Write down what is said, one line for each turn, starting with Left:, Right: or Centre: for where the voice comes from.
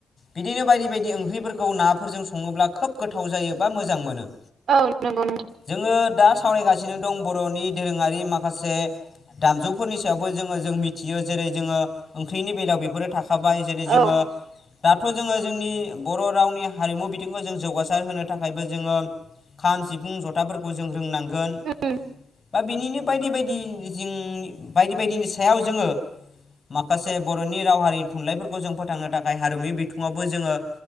Left: बिदिनो बायदि बायदि ओंख्रिफोरखौ नाफोरजों सङोब्ला खोब गोथाव जायो बा मोजां मोनो
Right: औ नंगौ नों
Left: जोङो दा सावरायगासिनो दं बर'नि दोरोङारि माखासे दामजुफोरनि सायावबो जोङो जों मिथियो जेरै जोङो ओंख्रिनि बेलायाव बेफोरो थाखाबाय जेरै जोङो
Right: औ
Left: दाथ' जोङो जोंनि बर' रावनि हारिमु बिथिंखौ जों जौगासार होनो थाखायबो जोङो खाम, सिफुं, जथाफोरखौ जों रोंनां गोन
Right: उम
Left: बा बिनिनो बायदि बायदि जिं बायदि बायदिनि सायाव जोङो माखासे बर'नि राव हारिनि थुनलाइफोरखौ जों फोथांनो थाखाय हारिमु बिथिङावबो जोङो